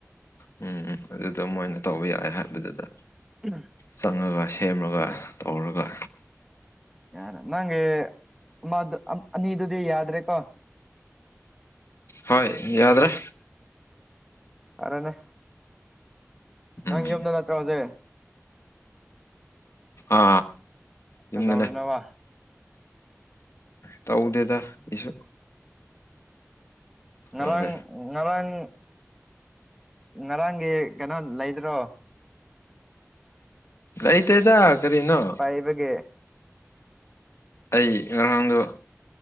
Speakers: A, on the left (about 60°); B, in the centre.
A: ꯎꯝ ꯎꯝ ꯑꯗꯨꯗꯣ ꯃꯣꯏꯅ ꯇꯧꯕ ꯌꯥꯏ ꯍꯥꯏꯕꯗꯨꯗ
B: ꯎꯝ
A: ꯆꯪꯉꯒ ꯁꯦꯝꯃꯒ ꯇꯧꯔꯒ
B: ꯌꯥꯔ ꯅꯪ ꯃꯗꯨ ꯑꯅꯤꯗꯨꯗꯤ ꯌꯥꯗ꯭ꯔꯦ ꯀꯣ
A: ꯍꯣꯏ ꯌꯥꯗ꯭ꯔꯦ
B: ꯑꯔꯅꯦ
A: ꯎꯝ
B: ꯅꯪ ꯌꯨꯝꯗ ꯅꯠꯇꯔꫭ ꯑꯗꯤ
A: ꯑ ꯌꯨꯝꯗꯅꯦ
B: ꯀꯩꯗꯧꯔꯤꯅꯣꯕ
A: ꯇꯧꯗꯦꯗ ꯀꯩꯁꯨ
B: ꯉꯔꯥꯡ
A: ꯇꯧꯗꯦ
B: ꯉꯔꯥꯡ ꯉꯔꯥꯡꯒꯤ ꯀꯩꯅꯣ ꯂꯩꯗ꯭ꯔꯣ
A: ꯂꯩꯇꯦꯗ ꯀꯔꯤꯅꯣ
B: ꯑꯩꯕꯒꯤ
A: ꯑꯩ ꯉꯔꯥꯡꯗꯣ
B: ꯑꯁ